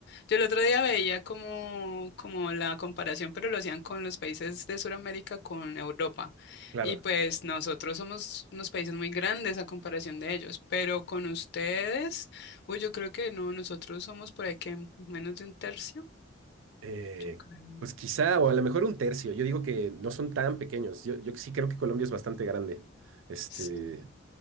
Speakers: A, on the left; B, on the right.
A: yo el otro día veía como, como la comparación, pero lo hacían con los países de Sudamérica con Europa.
B: claro,
A: Y pues nosotros somos unos países muy grandes a comparación de ellos, pero con ustedes, uy, yo creo que no, nosotros somos por ahí que menos de un tercio,
B: eh,
A: yo creo.
B: pues quizá, o a lo mejor un tercio. Yo digo que no son tan pequeños. Yo, yo sí creo que Colombia es bastante grande. Este.
A: Sí,